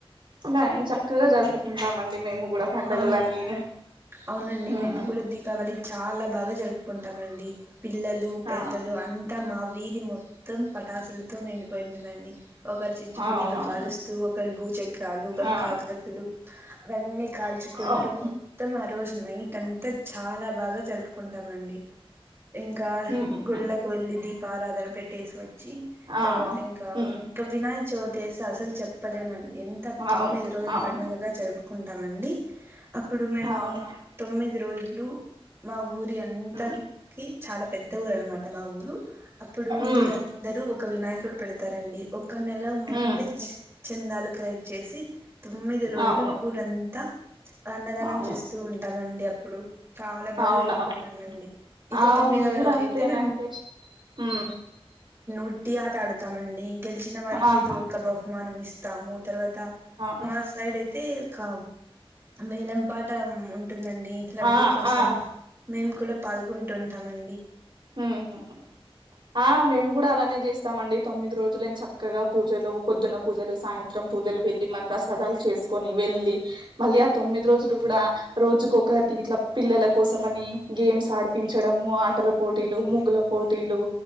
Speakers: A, on the right (about 55°); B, on the right (about 25°).
A: ఇలా ఎంచక్కగా జరుపుకుంటాం అండి మేము కూడా పండగలన్నీని
B: అవును అవునండి
A: ఉమ్
B: మేం కూడా దీపావళి చాలా బాగా జరుప్ కుంటామండి పిల్లలు పెద్దలు
A: ఆ
B: అంతా మా వీధి మొత్తం పటాసులతో నిండి పోయింటుందండి ఒకరు చిచ్చుబుడ్డిలు
A: అవునవును
B: కాలుస్తూ ఒకరు భూచక్రాలు ఒకరు
A: ఆ
B: కాక్రొత్తులు అవన్నీ కాల్చుకుంటూ
A: అవును
B: మొత్తం ఆ రోజు నైట్ అంతా చాలా బాగా జరుపు కుంటామండి ఇంకా
A: ఉమ్
B: గుళ్ళకు
A: ఉమ్
B: వెళ్ళి దీపారాధన పెట్టేసి వ చ్చి
A: ఆ
B: తర్వాత ఇంకా
A: ఉమ్
B: వినాయక చవితి అయిసే అసలు చెప్పలేమండి ఎంత తొమ్మిది
A: అవును
B: రో
A: అవును
B: పండుగ గా జరుపు మండి అప్పుడు మేము
A: అవునవును
B: తొమ్మిది రోజులు మా ఊరి అంతా
A: ఉమ్
B: కి చాలా పెద్ద ఊరు అనమాట మా ఊరు అప్పుడు
A: ఉమ్
B: ఊరందరూ ఒక వినాయక ప్పుడు పెడతారండి ఒక నెల ముందే
A: ఉమ్
B: చందాలు కలెక్ట్ చేసి తొమ్మిది రోజులు
A: అవును
B: ఊరంతా అన్నదానం
A: అవును
B: చేస్తూ ఉంటాం అండి అప్పుడు చాలా బాగా
A: అవునవును
B: జరుపుకుంటాం అండి ఇక
A: ఆ
B: తొమ్మిదవ
A: మేము కూడా
B: రోజు
A: అంతేనండి
B: అయితే మేము
A: ఉమ్
B: ఉట్టి ఆట ఆడుతామండి గెలిచిన వారికి
A: ఆహా
B: ఏదో ఒక బహుమానం ఇస్తా తాము తర్వాత
A: ఆ
B: మా సైడ్ అయితే ఒక వేలం పాటం ఉమ్ టుందండి లడ్డూ
A: ఆ
B: కోసం
A: ఆ
B: మేం కూడా పాల్గొంటుంటానండి
A: హూ హూ హూ ఆ మేము కూడా అలానే చేస్తాం అండి తొమ్మిది రో <inaudible> చక్కగా పూజలు పొద్దున్న పూజలు సాయంత్రం పూజలు వెళ్ళి మనం ప్రసాదాలు చేసుకొని వెళ్ళి మళ్ళీ ఆ తొమ్మిది రోజులు కూడా రోజుకొక టి ఇట్లా పిల్లల కోసం అని గేమ్స్ ఆడిపించ్ టడము ఆటలు పోటీలు ముగ్గుల పోటీలు